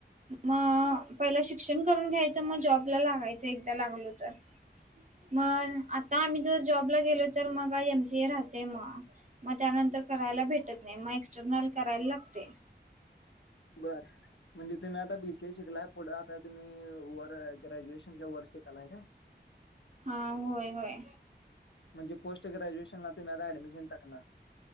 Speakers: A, on the right; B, on the left.
A: मग पहिला शी शिक्षण करून घ्यायचं मग जॉबला लागायचं एकदा लागलो तर मग आता आम्ही जर जॉबला गेलो तर मग का एमसी ए राहते मग मग त्यानंतर करायला भेटत नाही मग एक्सटर्नल करायला लागते
B: बरं म्हणजे तुम्ही आता बीसी ए शिकलाय पुढं आता तुम्ही वर ग्रॅज्युएशनच्या वर शिकलाय का
A: हा होय होय
B: म्हणजे पोट ग्रॅज्युएशनला तुमही आता डमिशन टाकणार